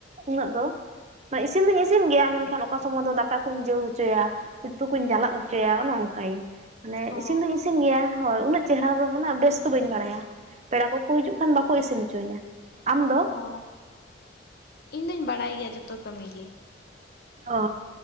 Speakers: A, on the right; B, on the left.
A: ᱩᱱᱟᱹᱜ ᱫᱚ ᱾ ᱤᱥᱤᱱ ᱫᱩᱧ ᱤᱥᱤᱱ ᱜᱮᱭᱟ ᱢᱮᱱᱠᱷᱟᱱ ᱚᱠᱟ ᱥᱚᱢᱚᱭ ᱫᱚ ᱫᱟᱠᱟ ᱠᱩᱸᱧ ᱡᱟᱹᱣ ᱦᱚᱪᱚᱭᱟ ᱾ ᱩᱛᱩ ᱠᱚᱧ ᱡᱟᱞᱟᱫ ᱦᱚᱪᱚᱭᱟ ᱚᱱᱮ ᱚᱱᱠᱟᱭᱟᱧ, ᱢᱟᱱᱮ
B: ᱚ
A: ᱤᱥᱤᱱ ᱫᱩᱧ ᱤᱥᱤᱱ ᱜᱮᱭᱟ ᱾ ᱦᱳᱭ ᱩᱱᱟᱹᱜ ᱪᱮᱦᱨᱟ ᱫᱚ ᱢᱟᱱᱮ ᱵᱮᱥ ᱫᱚ ᱵᱟᱹᱧ ᱵᱟᱲᱟᱭᱟ ᱾ ᱯᱮᱲᱟ ᱠᱚᱠᱚ ᱦᱤᱡᱩᱜ ᱠᱷᱟᱱ ᱵᱟᱠᱚ ᱤᱥᱤᱱ ᱦᱚᱪᱚᱣᱟᱧᱟ ᱾ ᱟᱢ ᱫᱚ?
B: ᱚ ᱤᱧ ᱫᱚᱧ ᱵᱟᱲᱟᱭ ᱜᱮᱭᱟ ᱡᱚᱛᱚ ᱠᱟᱹᱢᱤ ᱜᱮ ᱾
A: ᱚ